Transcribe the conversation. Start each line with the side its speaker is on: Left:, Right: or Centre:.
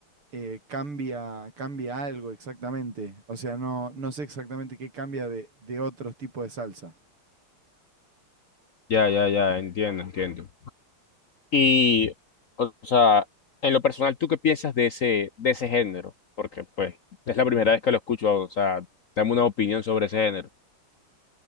Right: eh, cambia, cambia algo exactamente. O sea, no, no sé exactamente qué cambia de, de otros tipos de salsa.
Left: ya, ya, ya, entiendo, entiendo. Y, o sea, en lo personal, ¿tú qué piensas de ese, de ese género? Porque, pues, es la primera vez que lo escucho, o sea, dame una opinión sobre ese género. <laughs>